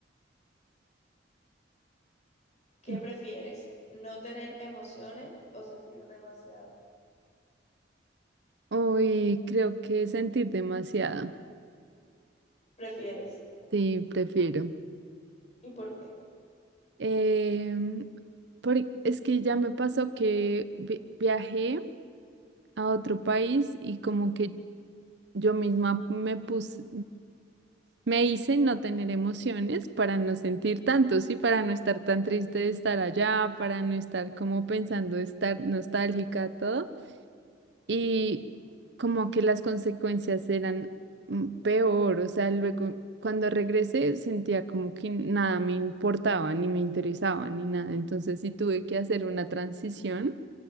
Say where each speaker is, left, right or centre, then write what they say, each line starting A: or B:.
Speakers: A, on the left (about 35°); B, on the right (about 65°).
A: ¿Qué
B: Ujú.
A: prefieres? ¿No tener emociones o sentir demasiado?
B: Hoy creo que sentir demasiado.
A: ¿Prefieres?
B: Sí, prefiero.
A: ¿Y por qué?
B: Em, por- es que ya me pasó que vi- viajé. a otro país y como que yo misma me puse, me hice no tener emociones para no sentir tanto, sí, para no estar tan triste de estar allá, para no estar como pensando estar nostálgica, todo y como que las consecuencias eran mm, peor, o sea, luego cuando regresé sentía como que nada me importaba, ni me interesaba, ni nada, entonces sí tuve que hacer una transición